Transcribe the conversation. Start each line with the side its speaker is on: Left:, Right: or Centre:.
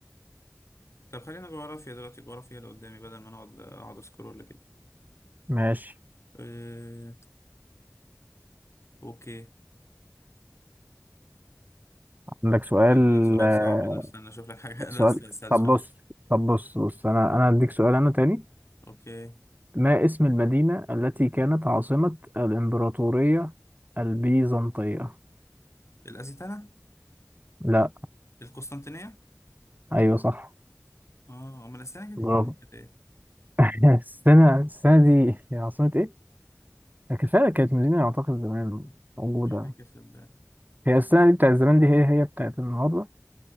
Left: طب خلينا جغرافيا دلوقتي جغرافيا اللي قدامي بدل ما نقعد اقعد اسكرول كده
Right: ماشي
Left: أه... اوكي
Right: عندك سؤال
Left: لا ده سؤال
Right: آه،
Left: صعب ده استنى اشوف لك حاجه
Right: سؤال
Left: <laughs> لا استنى استنى
Right: طب
Left: شوية.
Right: بص طب بص بص انا انا هديك سؤال انا تاني
Left: اوكي
Right: ما اسم المدينة التي كانت عاصمة الإمبراطورية البيزنطية
Left: الأزيتنة
Right: لا
Left: القسطنطينية
Right: ايوه صح
Left: اه امال الاسلام كانت
Right: برافو
Left: إيه؟ كانت ايه
Right: <laughs> السنة السنة دي هي عاصمة ايه؟ كفاية كانت مدينة اعتقد زمان موجودة
Left: مش فاكر صدقني
Right: هي السنة دي بتاعت زمان دي هي هي بتاعت النهاردة